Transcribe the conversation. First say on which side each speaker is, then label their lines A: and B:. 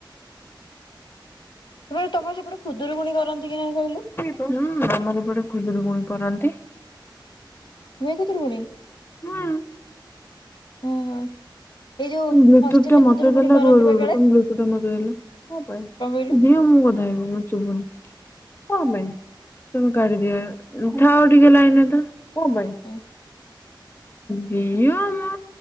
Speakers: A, on the left; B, on the left.
A: <unintelligible> ତମର ସେପଟେ ଖୁଦୁରୁକୁୁଣି କରନ୍ତି କି ନାଇଁ କହିଲୁ।
B: ହୁଁ ଆମର ଏପଟେ ଖୁଦୁର କୁଣି କରନ୍ତି।
A: ହୁଏ ଖୁଦୁରୁକୁଣି
B: ତମେ
A: ଓ ହଁ। ଏଇ ଯୋଉ
B: ତମ ବ୍ଲୁତୁ
A: ହଷ୍ଟେଲରେ
B: ଟା ମତେ
A: ଖୁଦୁରୁକୁୁଣି
B: ଦେଲ
A: କରନ୍ତି
B: ରୁହ ରୁହ
A: ବା କାଳେ
B: ତମ ବ୍ଲୁତୁଟା ମତେ ଦେଲ କଁ ପାଇଁ।
A: କଣ କହିଲୁ
B: ଦିଅ ମୁଁ କଥା ହେବି ମୁଁ ଚୁପୁକିନି। କଁ ପାଇଁ ତମେ କାଢିଦିଅ ଥାଅ ଟିକେ ଲାଇନ ତ କଁ ପାଇଁ।
A: ଉଁ
B: ଦିଅ ମ